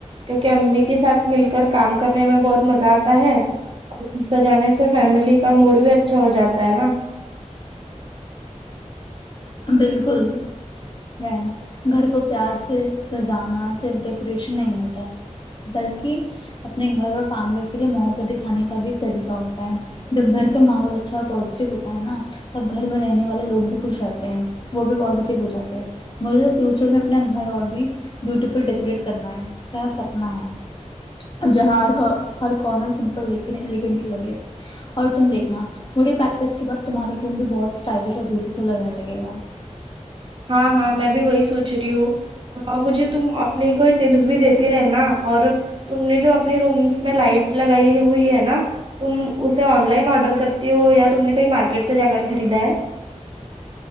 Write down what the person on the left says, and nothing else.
بالکل وین گھر کو پیار سے سزانا صرف ڈیکوریشن نہیں ہوتا ہے بلکہ اپنے گھر اور فیملی کے لیے محبت دکھانے کا بھی ایک طریقہ ہوتا ہے جب گھر کا ماحول اچھا اور پوازیٹیو ہوتا ہے نا تب گھر میں رہنے والے لوگ بھی خوش رہتے <unintelligible> وہ بھی پازیٹیو ہو جاتے ہیں مجھے فیوچر میں اپنا گھر اور بھی بیوٹیفل ڈیکوریٹ کرنا ہے کر سکنا ہے جہاں ہر کارنر سمپل دیکھ ایلیگنٹ لگے اور تم دیکھنا تھوڑی پریکٹس کے بعد تمہارا روم بھی بہت اسٹائلش اور بیوٹیفل لگنے لگے گ گ <unintelligible> <inaudible>